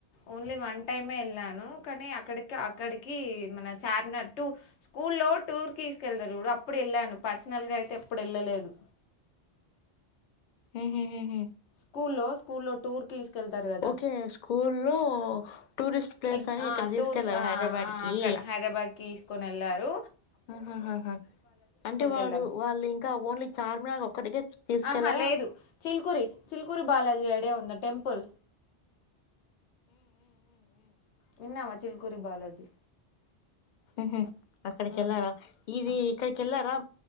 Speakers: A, on the left; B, on the left.
A: ఓన్లీ వన్ టైమే ఎళ్ళాను కానీ అక్కడికి అక్కడికి మన చా చార్మినార్ టూ స్కూల్లో టూర్ కి తీసుకెళ్తరు చూడు అప్పుడు వెళ్ళాను. పర్సనల్ గా అయితే ఎప్పుడు ఎళ్ళలేదు.
B: హహహహా
A: స్కూల్లో స్కూల్లో టూర్కి తీసుకెళ్తారు కదా
B: ఓకే స్కూల్లో టూరిస్ట్ ప్లేస్
A: ఎక్స్
B: అని
A: ఆ
B: ఇక్కడ తీసుకెళ్లారు
A: టూస్ ఆ
B: హైదరాబాద్
A: ఆ
B: కి
A: అక్కడ హైదరాబాద్ కి తీసుకొని ఎళ్లారు.
B: ఆహా హ హా అంటే వాడు
A: వెళ్ళాం
B: వాళ్ళు ఇంకా ఓన్లీ చార్మినార్ ఒక్కటికే తీసుకెళ్ళా
A: ఆహా లేదు చిలుకూరి చిలుకూరి బాలాజీ ఐడియా ఉందా టెంపుల్. విన్నవా చిల్కురి బాలాజీ.
B: హహా అక్కడకెలావా
A: ఉమ్.
B: ఇది
A: ఆ
B: ఇక్కడికెల్లారా